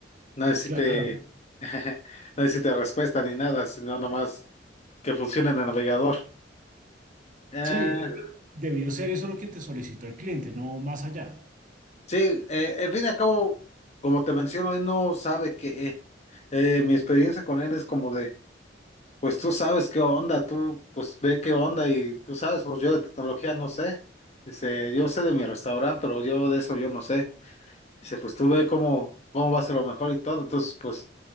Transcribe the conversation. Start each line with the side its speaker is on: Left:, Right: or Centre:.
Left: No necesite,
Right: Claro.
Left: <laughs> no necesite respuesta ni nada, sino nomás que funcione en el navegador. Eh,
Right: Sí, debió ser eso lo que te solicitó el cliente, no más allá.
Left: Sí, eh, en fin y al cabo, como te menciono, él no sabe qué. eh. Eh, mi experiencia con él es como de, pues tú sabes qué onda, tú pues ve qué onda y tú sabes, pues yo de tecnología no sé. Dice, yo sé de mi restaurante, pero yo de eso yo no sé. Dice, pues tú ve cómo, cómo va a ser lo mejor y todo. Entonces, pues